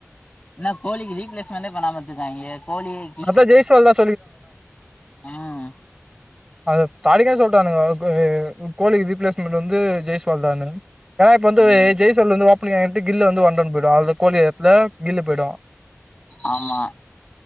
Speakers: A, on the left; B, on the right.
A: இன்னோ கோலிக்கு ரீப்ளேஸ்மெண்டே பண்ணாம வச்சிருக்காங்கே கோலியே க்கி
B: அதா ஜெய்ஸ்வால் தா
A: ஆஹ்
B: அத ஸ்டார்டிங்கே சொல்லி டானுங்க கோலிக் ரீப்ளேஸ்மெண்ட் வந்து ஜெயஸ்வால் தானு ஏன்னா இப்ப வந்து
A: ம்
B: ஜெய்சல்ல வந்து இப்ப ஏன்கிட்ட கில்ல வந்து <unintelligible> விடாத கோலி எடத்துல கீழ போய்டூம்
A: ஆமா